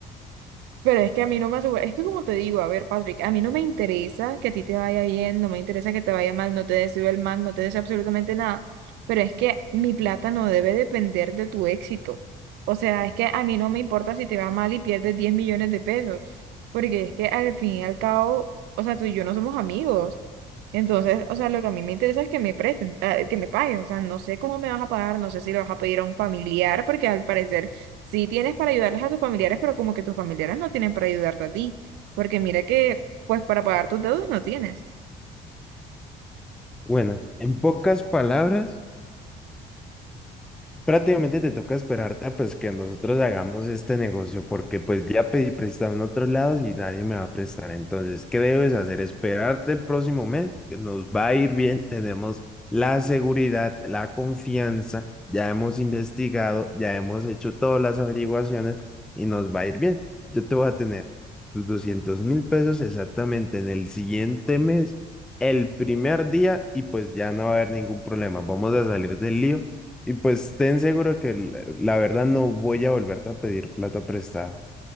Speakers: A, on the right; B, in the centre.
A: Pero es que a mí no me asegura, es que como te digo, a ver, Patrick, a mí no me interesa que a ti te vaya bien, no me interesa que te vaya mal, no te deseo el mal, no te deseo absolutamente nada, pero es que mi plata no debe depender de tu éxito. O sea, es que a mí no me importa si te va mal y pierdes 10 millones de pesos, porque es que al fin y al cabo, o sea, tú y yo no somos amigos. Entonces, o sea, lo que a mí me interesa es que me presten, eh, que me paguen, o sea, no sé cómo me vas a pagar, no sé si lo vas a pedir a un familiar, porque al parecer sí tienes para ayudarles a tus familiares, pero como que tus familiares no tienen para ayudarte a ti, porque mira que, pues para pagar tus deudas no tienes.
B: Bueno, en pocas palabras. prácticamente te toca esperarte a, pues que nosotros hagamos este negocio, porque pues ya pedí prestado en otros lados y nadie me va a prestar. Entonces, ¿qué debes hacer? Esperarte el próximo mes, que nos va a ir bien, tenemos la seguridad, la confianza, ya hemos investigado, ya hemos hecho todas las averiguaciones y nos va a ir bien. Yo te voy a tener tus doscientos mil pesos exactamente en el siguiente mes. El primer día y pues ya no va a haber ningún problema. Vamos a salir del lío y pues ten seguro que la, la verdad no voy a volverte a pedir plata prestada.